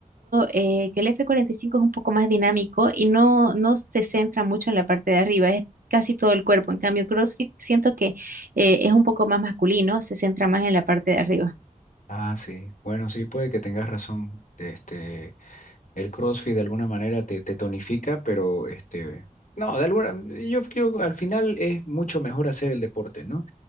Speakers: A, on the right (about 75°); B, on the left (about 65°).
A: eh, que el f cuarenta y cinco es un poco más dinámico y no, no se centra mucho en la parte de arriba, es casi todo el cuerpo. En cambio, CrossFit siento que eh, es un poco más masculino, se centra más en la parte de arriba.
B: Ah, sí. Bueno, sí, puede que tengas razón. Este, el CrossFit de alguna manera te, te tonifica, pero este, no, de alguna, yo, yo al final es mucho mejor hacer el deporte, ¿no?